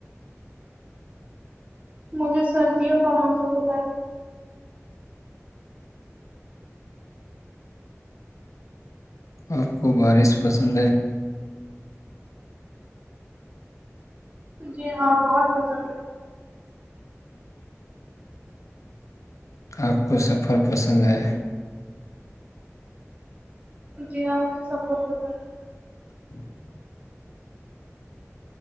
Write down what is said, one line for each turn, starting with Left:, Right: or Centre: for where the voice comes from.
Right: مجھے سردیوں کا موسم توسند
Left: آپ کو بارش پسند ہے
Right: جی ہاں بہت پسند ہے
Left: آپ کو سفر پسند ہے
Right: جے ہ سفر کرتا ہ
Left: ج